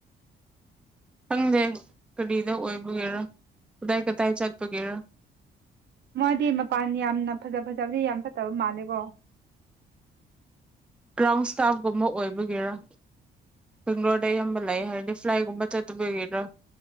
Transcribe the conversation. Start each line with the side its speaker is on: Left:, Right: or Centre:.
Centre: ꯈꯪꯗꯦ ꯀꯔꯤꯗ ꯑꯣꯏꯕꯒꯦꯔꯥ ꯀꯗꯥꯏ ꯀꯗꯥꯏ ꯆꯠꯄꯒꯦꯔꯥ
Right: ꯃꯥꯗꯤ ꯃꯄꯥꯟ ꯌꯥꯝꯅ ꯐꯖ ꯐꯖꯕꯗꯤ ꯌꯥꯝ ꯐꯠꯇꯕ ꯃꯥꯜꯂꯦꯀꯣ
Centre: ꯒ꯭ꯔꯥꯎꯟ ꯏꯁꯇꯥꯐꯀꯨꯝꯕ ꯑꯣꯏꯕꯒꯤꯔ ꯕꯦꯡꯒ꯭ꯂꯣꯔꯗ ꯑꯌꯥꯝꯕ ꯂꯩ ꯍꯥꯏꯔꯗꯤ ꯐ꯭ꯂꯥꯏꯠꯒꯨꯝꯕ ꯆꯠꯇꯕꯒꯤꯔ